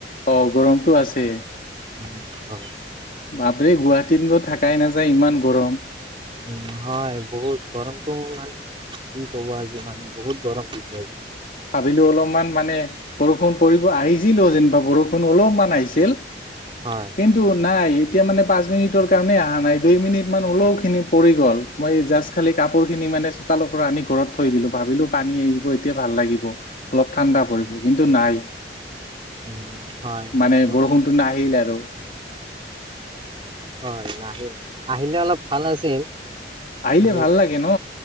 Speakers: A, on the left (about 45°); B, on the right (about 30°).
A: অ' গৰমতটো আছে।
B: উম হয়।
A: বাপৰি গুৱাহাটীতো থাকাই নাযায়, ইমান গৰম।
B: উ হয় বহুত গৰমটো মান কি ক'ব আজি মানে বহুত গৰম দি আ
A: ভাবিলো অলপমান মানে বৰষুণ পৰিব, আহিছিলোও যেনিবা বৰষুণ অলপমান আহিছিল
B: হয়,
A: কিন্তু নাই। এতিয়া মানে পাঁচ মিনিটৰ কাৰণে অহা নাই দুই মিনিট মান হল খিনি পৰি গ'ল মই জা খালি কাপোৰ খিনি মানে চোতালৰ পৰা আনি ঘৰত থৈ দিলো ভাবিলো পানী আহিব এতিয়া ভাল লাগিব। অলপ ঠাণ্ডা পৰিব, কিন্তু নাই।
B: উম, হয় সেইটো
A: মানে বৰষুণটো নাহিল আৰু।
B: হয়, নাহিল আহিলে অলপ ভাল আছিল।
A: আহিল
B: কিন্তু
A: ভাল লাগে ন'।